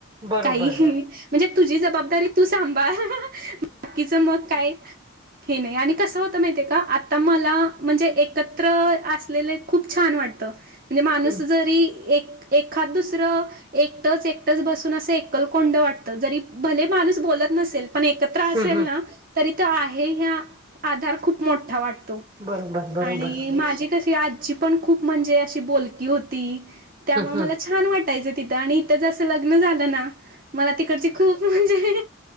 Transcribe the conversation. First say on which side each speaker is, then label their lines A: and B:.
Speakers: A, on the right; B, on the right.
A: बरोबर
B: काही म्हणजे तुझी जबाबदारी तु सांभाळ बाकीचं मग काय. हे नाही आणि कसं होत माहितीय का आता मला म्हणजे एकत्र असलेले खूप छान वाट त माणस
A: हम्म
B: जरी एक एखाद दुसरं एकटच एकटच बसून अस एकलकोंड वाटतं जरी भले माणूस बोल शिल्पने <unintelligible>
A: हम्म
B: नसेल
A: हम्म
B: ला तरी इथं आहे हा आधार खूप मोठा वाटतो
A: बरोबर बरोबर
B: आणि
A: हम्म
B: माझे कसे आ आजी पण खूप म्हणे अशी बोलकी होती त्या मूळे
A: हम्म
B: मला छान वाटायच. तिथं आणि इथं जसं लग्न झालं ना. मला तिकडची खूप म्हणजे